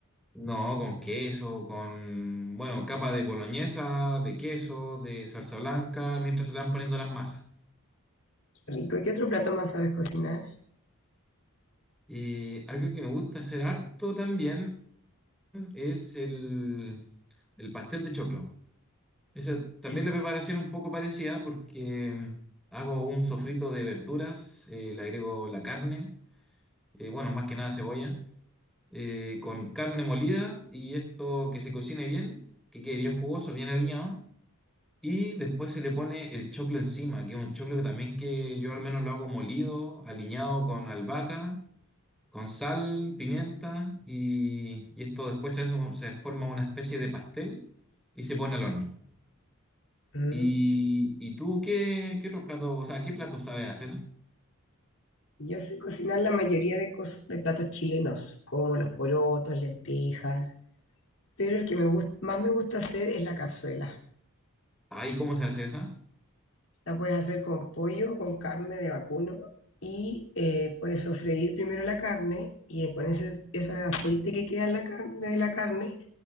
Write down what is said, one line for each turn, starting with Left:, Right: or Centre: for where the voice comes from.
Centre: No, con queso, con, bueno, capa de boloñesa, de queso, de salsa blanca, mientras se le van poniendo las masas.
Left: Qué rico. ¿Y qué otro plato más sabes cocinar?
Centre: Y algo que me gusta hacer harto también. es el, el pastel de choclo. Esa, también
Left: Sí.
Centre: la preparación es un poco parecida porque hago un sofrito de verduras, eh, le agrego la carne, eh, bueno, más que nada cebolla, eh, con carne molida y esto que se cocine bien, que quede bien jugoso, bien aliñado. Y después se le pone el choclo encima, que es un choclo que también que yo al menos lo hago molido, aliñado con albahaca con sal, pimienta y, y esto después se hace un- se forma una especie de pastel y se pone al horno.
Left: Mm,
Centre: ¿Y, y tú qué, qué otros platos, o sea, qué platos sabes hacer?
Left: Yo sé cocinar la mayoría de, cos- de platos chilenos, como los porotos, lentejas, pero el que me gust- más me gusta hacer es la cazuela.
Centre: Ay, ¿cómo se hace esa?
Left: La puedes hacer con pollo o con carne de vacuno y eh, puedes sofreír primero la carne y eh, con ese, ese aceite que queda en la carne, de la carne